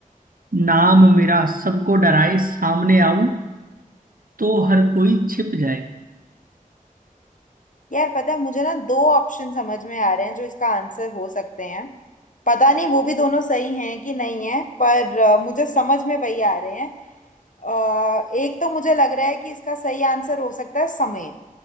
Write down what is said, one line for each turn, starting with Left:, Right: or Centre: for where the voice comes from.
Right: नाम मेरा सबको डराए सामने आऊं तो हर कोई छिप जाए
Left: यार पता है मुझे ना दो ऑप्शन समझ में आ रहे हैं जो इसका आंसर हो सकते हैं पता नहीं वो भी दोनों सही हैं कि नहीं है पर अ, मुझे समझ में वही आ रहे हैं अ, एक तो मुझे लग रहा है कि इसका सही आंसर हो सकता है समय